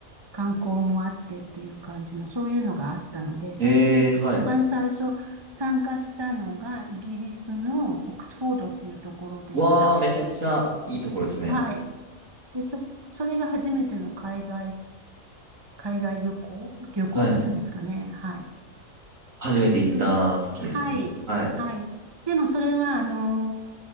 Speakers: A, on the right (about 20°); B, on the right (about 70°).
A: 観光もあってっていう感じの、そういうのがあったので、それに一番最初参加したのが、
B: えー、はい。
A: イギリスのオックスフォードっていうところでした。
B: わー、めちゃくちゃいいところですね。
A: はい。で、そ、それが初めての海外海外旅行、旅行っていうんですかね。
B: はい。
A: はい。
B: 初めて行った時ですね。
A: それ、はい、
B: はい、
A: はい。でもそれは、あの、